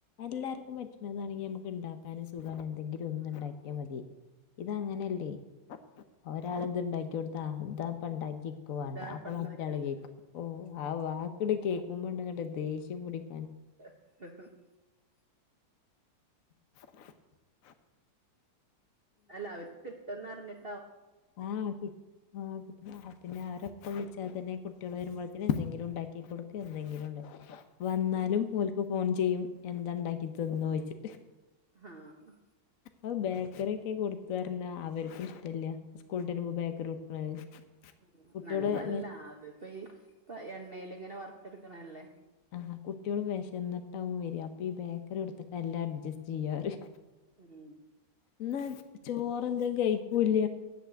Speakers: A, on the left (about 55°); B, on the right (about 35°).
A: എല്ലാർക്കും പറ്റണതാണെങ്കിൽ നമുക്ക് ഉണ്ടാക്കാനൊരു സു ഞാൻഎന്തെങ്കിലും ഒന്ന്
B: ആഹ്
A: ണ്ടാക്കിയാൽ മതി ഇതങ്ങനെയല്ലേ ഒരാൾ ഇത്ണ്ടാക്കി കൊടുത്താ ഇതാപ്പം ണ്ടാക്യെ ത് ഇൻക് വാണ്ട
B: ഇതാ ഇപ്പ
A: അപ്പൊ
B: ഇണ്ടാക്കിയെ
A: മറ്റയാൾ കേൾക്കും ഓ ആ വാക്ക്ങ്ങട്ട് കേൾക്കുമ്പോങ്ങട്ട് ദേഷ്യം പിടക്കു
B: <unintelligible>
A: <unintelligible>
B: അല്ല അവർക്ക് കിട്ടുമന്ന് അറിഞ്ഞിട്ട്
A: ആഹി കിട്ടി ആ കിട്ട പിന്നെ ആര കുളിച്ചാൽ തന്നെ കുട്ടികൾ വരുമ്പോഴത്തന് എന്തെങ്കിലും ഉണ്ടാക്കി കൊടുക്ക എന്തെങ്കിലും ഉണ്ടാകിക്ക വന്നാലും ഓൽക്ക് ഫോൺ ചെയ്യും എന്താ ഉണ്ടാക്കി തിന്നോയിചിട്ട്
B: ആഹ ഹ
A: അ ബേക്കറി ഒക്കെ കൊടുക്കർഞ്ഞ അവർക്കും ഇഷ്ടല്ല സ്കൂൾട്ടര്മ്പം ബേക്കറി കൊടുക്കണത്
B: ഉ
A: കുട്ടികള്
B: നല്ലതല്ല
A: വെ-
B: അത്പ്പ ഈ ഇപ്പ എണ്ണേൽ ഇങ്ങനെ വറുത്തെടുക്കണല്ലേ
A: ആഹ് കുട്ടികള് വിശന്നിട്ടാവും വര അപ്പൊ ഈ ബേക്കറി കൊടുത്തിട്ടല്ല എ അഡ്ജസ്റ്റ് ചെയ്യാപറിം
B: ഉം
A: എന്നാ ചോറെന്തേം കഴിക്കൂല്ല